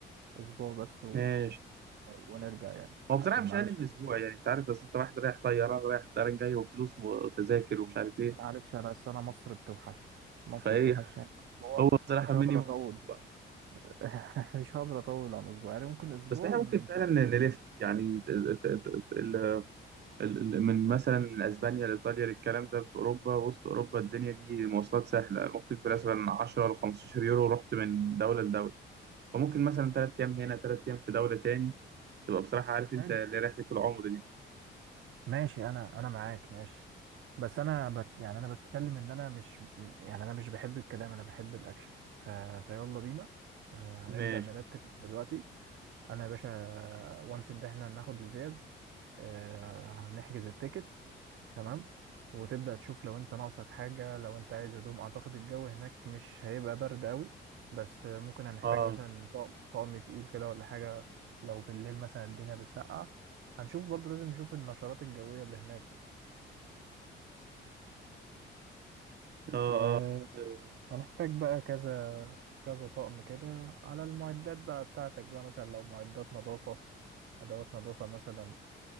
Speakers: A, on the right; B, on the right.
A: اسبوع بس
B: ماشي
A: ونرجع يعني
B: هو بصراحة
A: عشان
B: مش
A: معلش
B: أقل من أسبوع يعني أنت عارف بس أنت واحد رايح طيران رايح وطيران جاي وفلوس وتذاكر ومش عارف إيه
A: معلش انا أصل انا مصر بتوحشني مصر
B: فإيه
A: بتوحشني يعني اسبوع
B: هو بصراحة
A: مش
B: مينيموم
A: هقدر اطول
B: أسبوع
A: <laughs> مش هقدر اطول عن اسبوع يعني ممكن اسبوع
B: بس إحنا
A: ونسافر
B: ممكن فعلا نلف
A: في اليوم
B: يعني ت- ت- ت- ت- ال- ال- ال- من مثلا من أسبانيا لإيطاليا للكلام ده في أوروبا وسط أوروبا الدنيا دي مواصلات سهلة ممكن مثلا 10 ل 15 يورو رحت من دولة لدولة فممكن مثلا 3 أيام هنا 3 أيام في دولة تاني تبقى بصراحة عارف أنت
A: حلو
B: اللي رحلة العمر دي
A: ماشي انا انا معاك ماشي بس انا بت يعني انا بتكلم ان انا مش يعني انا مش بحب الكلام انا بحب الاكشن ف... فيلا بينا آه،
B: ماشي
A: هنبدأ نرتب دلوقتي انا يا باشا وانس ان احنا هناخد الفيز آه، هنحجز التيكتس تمام وتبدأ تشوف لو انت ناقصك حاجة لو انت عايز هدوم اعتقد الجو هناك مش هيبقى برد قوي بس ممكن هنحتاج
B: اه
A: مثلا طقم طقم تقيل كده ولا حاجة لو بالليل مثلا الدنيا بتسقع هنشوف برضه لازم نشوف النشرات الجوية اللي هناك
B: اه اه
A: وهنحتاج
B: آه.
A: بقى كذا كذا طقم كده على المعدات بقى بتاعتك بقى مثلا لو معدات نظافة أدوات نظافة مثلا